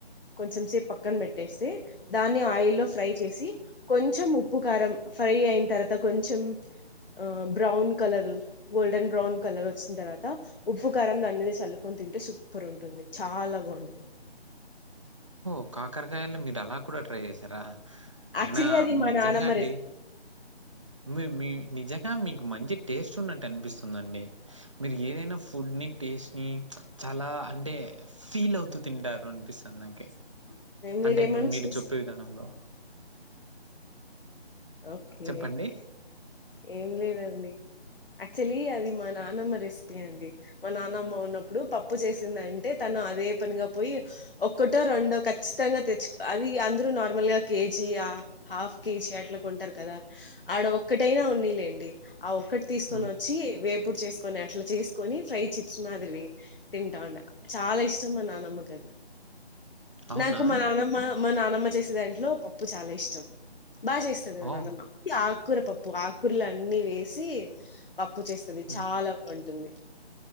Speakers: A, on the left; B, on the right.
A: కొంచెం సేపు పక్కన పెట్టేస్తే దాన్ని ఆయిల్లో ఫ్రై చేసి కొంచెం ఉప్పు కారం ఫ్రై అయిన తరత కొంచెం ఆ brown colour golden brown colour వచ్చిన్ తర్వాత ఉప్పు కారం దాని మీద చల్లుకొని తింటే సు పర్ ఉంటుంది చాలా బావుంటుం
B: ఓ కాకరకాయల్లో మీరు అలా కూడ ట్రై చేసారా అయినా
A: యాక్చువల్లీ అది మా
B: నిజంగండి
A: నానమ్మ రెసిపీ
B: మి మీ నిజంగా మీకు మంచి టేస్ట్ ఉన్నట్టు అనిపిస్తుందండి మీరు ఏదైనా ఫుడ్ ని టేస్ట్ మ్ చాలా అంటే ఫీల్ అవుతూ తింటారు అనిపిస్తాది నాకే
A: మీరేమన్నా
B: అంటె మీరు
A: చేసి
B: చెప్పే విధానంలో <inaudible>
A: ఓకే
B: చెప్పండి?
A: ఏమి లేదండి యాక్చువల్లీ అది మా నానమ్మ రెసిపీ అండి మా నాన్నమ్మ ఉన్నప్పుడు పప్పు చేసిందంటే తను అదే పనిగా పోయి ఒక్కటో రెండో ఖచ్చితంగా తెచ్చుకో అది అందరు నార్మల్గ కేజీ ఆ హాఫ్ కేజి అట్ల కొంటారు కదా ఆడ ఒక్కటైనా ఉన్నిలేండి ఆ ఒక్కటి తీసుకొని
B: హ్మ్.
A: వచ్చి వేప్ పుడు చేసుకొని అట్ల చేసుకొని ఫ్రై చిప్స్ మాదిరి తింటావుండె చాలా ఇష్టం మా నానమ్మకది
B: అవునా?
A: నాకు మా నానమ్మ మా నానమ్మ చేసే దాంట్లో పప్పు చాలా ఇష్టం బాగా చే
B: ఓహ్!
A: నానమ్మ ఆకూర పప్పు ఆకూరలు అన్నీ వేసి పప్పు చేస్తది
B: హ్మ్.
A: చాలా ఉంటుంది